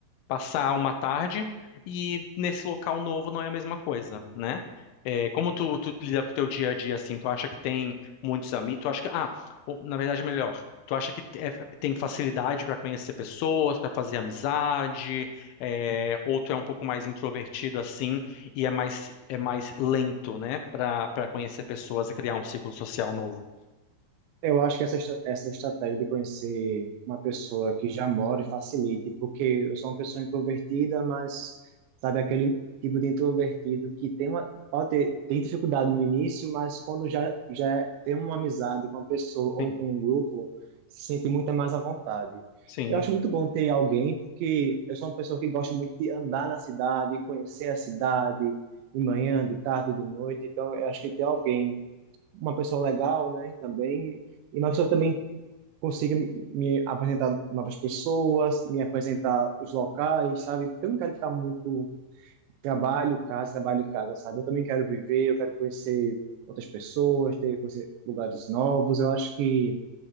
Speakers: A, on the left; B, on the right.
A: passar uma tarde e nesse local novo não é a mesma coisa, né? É, como tu, tu lida com o teu dia a dia assim, tu acha que tem muitos amigos, tu acha que, ah, o- na verdade é melhor, tu acha que te- é- tem facilidade para conhecer pessoas, para fazer amizade, é, ou tu é um pouco mais introvertido assim e é mais é mais lento, né, para para conhecer pessoas e criar um ciclo social novo?
B: Eu acho que essa, estra- essa estratégia de conhecer uma pessoa que já mora e facilite, porque eu sou uma pessoa introvertida, mas sabe aquele tipo de introvertido que tem uma, pode ter, tem dificuldade no início, mas quando já, já tem uma amizade com uma pessoa ou
A: Sim,
B: com um grupo, se sente muito mais à vontade.
A: sim,
B: Eu acho muito bom ter alguém, porque eu sou uma pessoa que gosta muito de andar na cidade, conhecer a cidade de manhã, de tarde, de noite, então eu acho que ter alguém uma pessoa legal, né? Também. E uma pessoa que também consiga me me apresentar novas pessoas, me apresentar os locais, sabe? Porque eu não quero ficar muito trabalho, casa, trabalho e casa, sabe? Eu também quero viver, eu quero conhecer outras pessoas, ter, conhecer lugares novos. Eu acho que